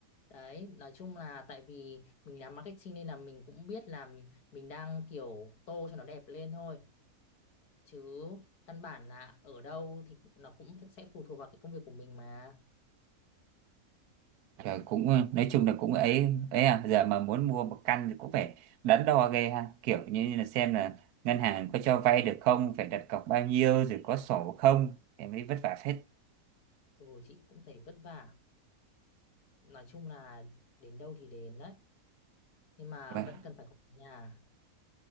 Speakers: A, on the left; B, on the right.
A: đấy nói chung là tại vì mình làm marketing nên là mình cũng biết là mình đang kiểu tô cho nó đẹp lên thôi chứ căn bản là ở đâu thì nó cũng sẽ phụ thuộc vào cái công việc của mình mà
B: Trời, cũng ừ, nói chung là cũng ấy ấy à giờ mà muốn mua một căn thì cũng phải đắn đo ghê ha kiểu như là xem là ngân hàng có cho vay được không phải đặt cọc bao nhiêu rồi có sổ không em ấy vất vả phết
A: Ồ, chị cũng thấy vất vả. Nói chung là đến đâu thì đến đấy. Nhưng mà
B: Vâng.
A: vẫn cần phải có nhà.